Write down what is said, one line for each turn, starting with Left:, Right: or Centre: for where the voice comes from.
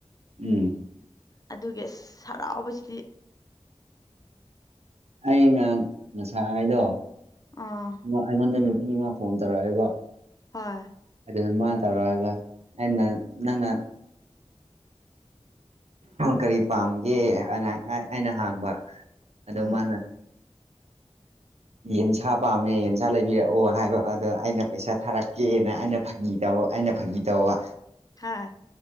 Right: ꯎꯝ
Left: ꯑꯗꯨꯒꯤ ꯑꯁ ꯍꯔꯥꯎꯕꯁꯤꯗꯤ
Right: ꯑꯩꯅ ꯉꯁꯥ ꯍꯥꯏꯗꯣ
Left: ꯑꯥ
Right: ꯑꯩꯉꯣꯟꯗ ꯅꯨꯄꯤ ꯃꯥ ꯐꯣꯟ ꯇꯧꯔꯛꯑꯦꯀꯣ
Left: ꯍꯣꯏ
Right: ꯑꯗꯨꯅ ꯃꯥ ꯇꯧꯔꯛꯑꯒ ꯑꯩꯅ ꯅꯪꯅ ꯀꯔꯤ ꯄꯥꯝꯒꯦꯅ ꯑꯩꯅ ꯍꯣꯕ ꯑꯗꯣ
Left: ꯎꯝ
Right: ꯃꯥꯅ ꯌꯦꯟꯁꯥ ꯄꯥꯝꯃꯦ ꯌꯦꯟꯁꯥ ꯂꯩꯕꯤꯔꯛꯑꯣ ꯍꯥꯏꯕ ꯑꯗꯣ ꯑꯩꯅ ꯄꯩꯁꯥ ꯊꯥꯔꯛꯀꯦꯅ ꯑꯩꯅ ꯐꯥꯒꯤ ꯇꯧ ꯑꯩꯅ ꯐꯥꯒꯤ ꯇꯧꯕ
Left: ꯍꯥꯥ